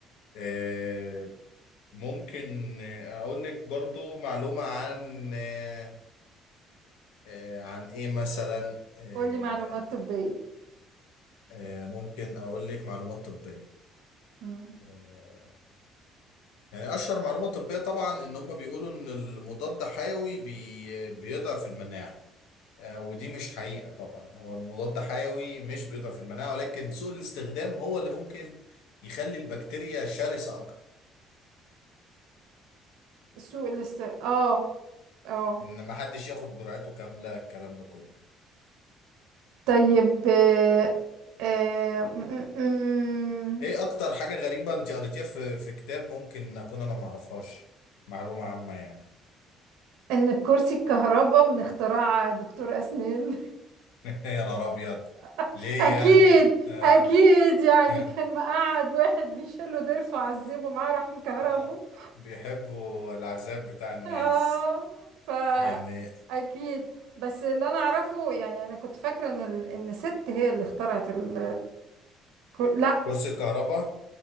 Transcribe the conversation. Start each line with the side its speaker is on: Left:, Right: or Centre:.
Left: آه، ممكن آه، أقول لك برضو معلومة عن آه، آه، عن إيه مثلا آه،
Right: قولي معلومات طبية
Left: آه، ممكن أقول لك معلومات طبية
Right: مم.
Left: آه، يعني أشهر معلومة طبية طبعا إن هم بيقولوا إن المضاد حيوي بي بيضعف المناعة آه، ودي مش حقيقة طبعا هو المضاد حيوي مش بيضعف المناعة ولكن سوء الاستخدام هو اللي ممكن يخلي البكتيريا شرسة أكتر
Right: سوق الاست اه اه
Left: ان ما حدش ياخد جرعته كامله الكلام ده كله
Right: طيب آه آه م- م-
Left: ايه
Right: م.
Left: اكتر حاجه غريبه انت قريتيها في في كتاب ممكن اكون انا ما اعرفهاش معلومه عامه يعني
Right: ان كرسي الكهرباء من اختراع دكتور اسنان
Left: <laughs> يا نهار ابيض
Right: <laughs>
Left: ليه
Right: اكيد
Left: يعني آه.
Right: اكيد يعني
Left: <laughs>
Right: كان مقعد واحد بيشيله ضرسه وعذبه معاه راح مكهربه
Left: آه.
Right: <laughs>
Left: بيحبوا العذاب بتاع الناس
Right: اه ف
Left: يعني
Right: اكيد بس اللي انا اعرفه يعني انا كنت فاكره ان ال... ان ست هي اللي اخترعت ال كو- لا
Left: كرسي الكهرباء